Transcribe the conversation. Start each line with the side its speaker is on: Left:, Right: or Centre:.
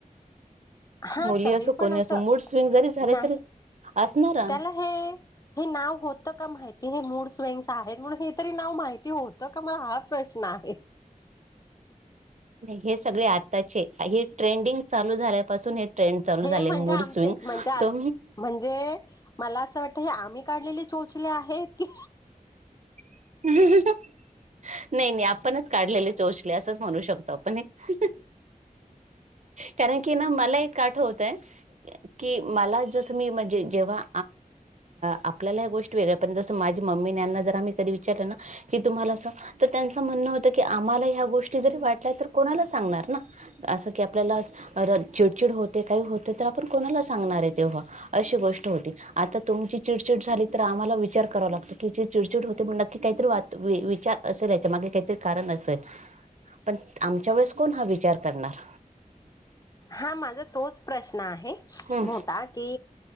Left: हा
Right: मुली
Left: तरी
Right: असो कोणी
Left: पण अस
Right: असो मूड स्विंग जरी झाले
Left: नाह
Right: तरी असणार ना.
Left: त्याला हे हे नाव होत का माहितीय हे मूड स्विंग आहेत म्हणून हे तरी नाव माहिती होतं का मला हा प्रश्न आहे
Right: नाही हे सगळे आताचे हे ट्रेंडिंग चालू झाल्यापासून हे ट्रेंड चालू
Left: हे
Right: झाले
Left: म्हणजे
Right: मूड
Left: आमचे
Right: स्विंग
Left: म्हणजे
Right: तो
Left: म्हणजे मला अस वाटत हे आम्ही काढलेले चोचले आहेत की
Right: हम् नाही नाही आपणच काढलेले चोचले असच म्हणू शकतो त पण एक कारण की ना मला एक आठवतय कि मला जसं मी म्हणजे जेव्हा आपल्याला ह्या गोष्टी वेगळ्या पणज जसं माझी मम्मीन यांना जर आम्ही कधी विचारलं ना की तुम्हाला अस असं म्हणणं होतं की आम्हाला ह्या गोष्टी जरी वाटल्या तर कोणाला सांगणार ना असं की आपल्याला चिडचिड होते काही होते तर आपण कोणाला सांगणारेत तेव्हा अशी गोष्ट होती आता तुमची चिडचिड झाली तर आम्हाला विचार करावा लागतो की तुमची चिडचिड होते म्हणजे नक्की काहीतरी वा विचार असेल याच्या मागे काहीतरी कारण असेल पण आमच्या वेळेस कोण हा विचार करणार
Left: हा माझ तोच प्रश्न प्रश्न आहे
Right: हम्म
Left: मोठा की